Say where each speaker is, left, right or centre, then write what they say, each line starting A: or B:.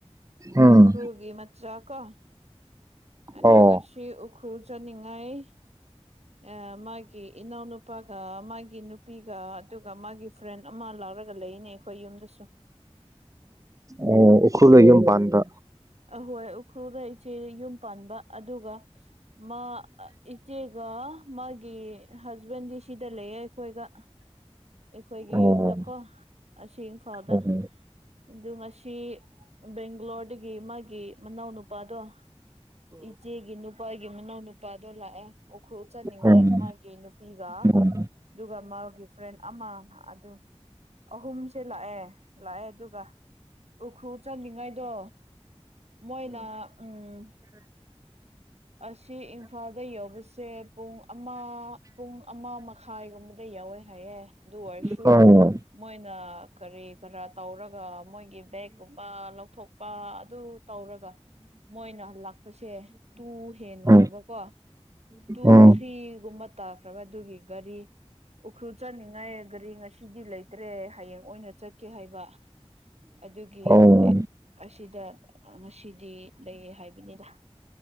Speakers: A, on the right; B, on the right.
A: ꯎꯝ
B: ꯎꯈ꯭ꯔꯨꯜꯒꯤ ꯃꯆꯥ ꯀꯣ ꯑꯗꯨ
A: ꯑꯣ
B: ꯉꯁꯤ ꯎ ꯈ꯭ꯔꯨꯜꯆꯠꯅꯤꯉꯥꯏ ꯑꯥ ꯃꯥꯒꯤ ꯏꯅꯥꯎꯅꯨꯄꯥꯒ ꯃꯥꯒꯤ ꯅꯨꯄꯤꯒ ꯑꯗꯨꯒ ꯃꯥꯒꯤ ꯐ꯭ꯔꯦꯟ ꯑꯃꯥ ꯂꯥꯎꯔꯒ ꯂꯩꯌ‌ꯦꯅꯦ ꯑꯩꯈꯣꯏ ꯌꯨꯝꯗꯁꯨ
A: ꯑꯣ ꯎꯈ꯭ꯔꯨꯜꯗ ꯌꯨꯝ ꯄꯥꯟꯕ
B: ꯑꯍꯣꯏ ꯎꯈ꯭ꯔꯨꯜꯗ ꯏꯆꯦ ꯌꯨꯝ ꯄꯥꯟꯕ ꯑꯗꯨꯒ ꯃꯥ ꯏꯆꯦꯒ ꯃꯥꯒꯤ ꯍꯁꯕꯦꯟꯗꯤ ꯁꯤꯗ ꯂꯩꯌꯦ ꯑꯩꯈꯣꯏꯒ ꯑꯩꯈꯣꯏꯒꯤ
A: ꯑꯣ
B: ꯌꯨꯝꯗꯀꯣ ꯑꯁꯤ ꯏꯝꯐꯥꯜꯗ
A: ꯑꯣ
B: ꯑꯗꯨ ꯉꯁꯤ ꯕꯦꯡꯒꯂꯣꯔꯗꯒꯤ ꯃꯥꯒꯤ ꯃꯅꯥꯎ ꯅꯨꯄꯥꯗꯣ ꯏꯆꯦꯒꯤ ꯅꯨꯞ ꯄꯥꯒꯤ ꯃꯅꯥꯎ ꯅꯨꯄꯥꯗꯣ ꯂꯥꯛꯑꯦ ꯎꯈ꯭ꯔꯨꯜ ꯆꯥꯠꯅꯤꯉꯥꯏ
A: ꯎꯝ
B: ꯃꯥꯒꯤ ꯅꯨꯄꯤꯒ
A: ꯎꯝ
B: ꯗꯨꯒ ꯃꯥꯒꯤꯐ ꯐ꯭ꯔꯦꯟ ꯑꯃꯥ ꯑꯗꯨ ꯑꯍꯨꯝꯁꯦ ꯂꯥꯛꯑꯦ ꯂꯥꯛꯑꯦ ꯑꯗꯨꯒ ꯎꯈ꯭ꯔꯨꯜ ꯆꯠꯅꯤꯉꯥꯏꯗꯣ ꯃꯣꯏꯅ ꯎꯝ ꯑꯁꯤ ꯏꯝꯐꯥꯜꯗ ꯌꯧꯕꯁꯦ ꯄꯨꯡ ꯑꯃꯥ ꯄꯨꯡ ꯑꯃꯥ ꯃ ꯈꯥꯏꯒꯨꯝꯕꯗ ꯌꯧꯋꯦ ꯍꯥꯏꯌꯦ ꯑꯗꯨ ꯑꯣꯏꯔꯁꯨ
A: ꯎꯝ
B: ꯃꯣꯏꯅ ꯀꯔꯤ ꯀꯔꯥ ꯇꯧꯔꯒ ꯃꯣꯏꯒꯤ ꯕꯦꯛꯀꯨꯝꯕ ꯂꯧꯊꯣꯛꯄ ꯑꯗꯨ ꯇꯧꯔꯒ ꯃꯣꯏꯅ ꯂꯥꯛꯄꯁꯦ ꯇꯨ ꯍꯦꯟꯈ꯭ꯔꯕꯀꯣ
A: ꯎꯝ
B: ꯇꯨ
A: ꯎꯝ
B: ꯊ꯭ꯔꯤꯒꯨꯝꯕ ꯇꯥꯈ꯭ꯔꯕ ꯑꯗꯨꯒꯤ ꯒꯥꯔꯤ ꯎꯈ꯭ꯔꯨꯜ ꯆꯠꯅꯤꯉꯥꯏ ꯒꯥꯔꯤ ꯉꯁꯤꯗꯤ ꯂꯩꯇ꯭ꯔꯦ ꯍꯌꯦꯡ ꯑꯣꯏꯅ ꯆꯠꯀꯦ ꯍꯥꯏꯕ ꯑꯗꯨꯒꯤ
A: ꯑꯣ
B: ꯑꯁꯤꯗ ꯉꯁꯤꯗꯤ ꯂꯩ ꯍꯥꯏꯕꯅꯤꯗ